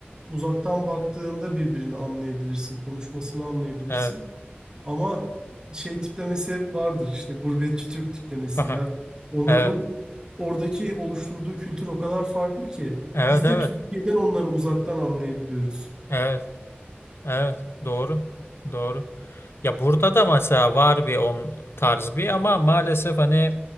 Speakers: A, on the right; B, on the left.
A: uzaktan baktığında birbirini anlayabilirsin, konuşmasını anlayabilirsin.
B: Evet.
A: Ama şey tiplemesi hep vardır işte gurbetçi Türk tiplemesi.
B: <laughs>
A: Ya onların
B: Evet.
A: oradaki oluşturduğu kültür o kadar farklı ki
B: Evet,
A: biz
B: evet.
A: de Türkiye'den onları uzaktan anlayabiliyoruz.
B: Evet, evet. Doğru. Doğru. Ya burada da mesela var bir on tarz bir ama maalesef hani